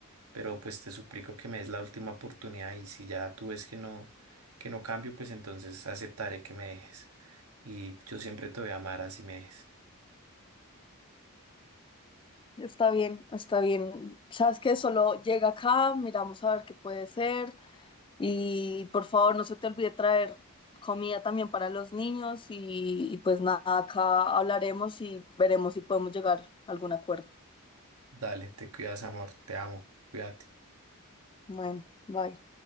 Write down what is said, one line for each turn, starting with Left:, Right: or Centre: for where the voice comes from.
Right: pero pues te suplico que me des la última oportunidad y si ya tú ves que no, que no cambio, pues entonces aceptaré que me dejes. Y yo siempre te voy a amar así me dejes.
Left: Está bien, está bien. Sabes que solo llega acá, miramos a ver qué puede ser. Y por favor, no se te olvide traer comida también para los niños y, y pues nada, acá hablaremos y veremos si podemos llegar a algún acuerdo.
Right: Dale, te cuidas, amor, te amo, cuídate.
Left: Bueno, bye.